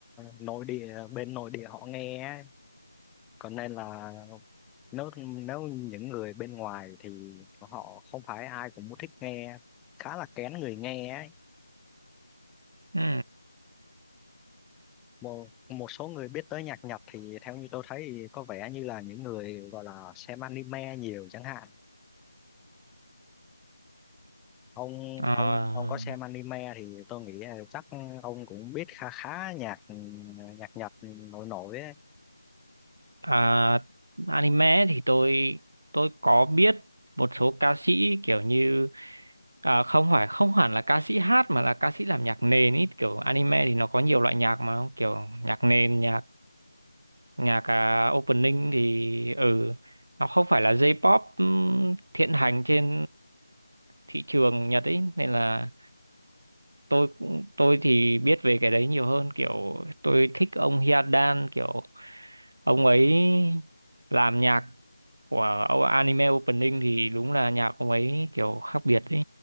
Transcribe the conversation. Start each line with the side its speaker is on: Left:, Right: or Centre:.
Centre: nội địa bên nội địa họ nghe á. còn nên là nếu nếu những người bên ngoài thì họ không phải ai cũng thích nghe khá là kén người nghe ấy
Right: ừ.
Centre: một một số người biết tới nhạc Nhật thì theo như tôi thấy thì có vẻ như là những người gọi là xem anime nhiều chẳng hạn ông
Right: à,
Centre: ông ông có xem anime thì tôi nghĩ là chắc ông cũng biết khá khá nhạc nhạc Nhật nổi nổi ấy
Right: À, anime thì tôi tôi có biết một số ca sĩ kiểu như à, không phải không hẳn là ca sĩ hát mà là ca sĩ làm nhạc nền ý kiểu anime thì nó có nhiều loại nhạc mà kiểu nhạc nền nhạc nhạc à, opening thì ừ nó không phải là J-pop ừm, hiện hành trên thị trường Nhật ấy nên là tôi cũng tôi thì biết về cái đấy nhiều hơn kiểu tôi thích ông Hyadan kiểu ông ấy làm nhạc của o- anime opening thì đúng là nhạc ông ấy kiểu khác biệt ấy